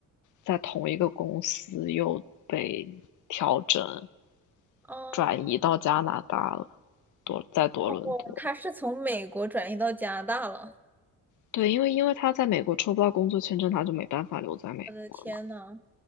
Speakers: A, on the left; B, in the centre.
A: 在同一个公司又被调整，
B: 哦
A: 转移到加拿大了，多在多伦多。
B: 哦，他是从美国转移到加拿大了。
A: 对，因为因为他在美国抽不到工作签证，他就没办法留在美国了嘛。
B: 我的天呐，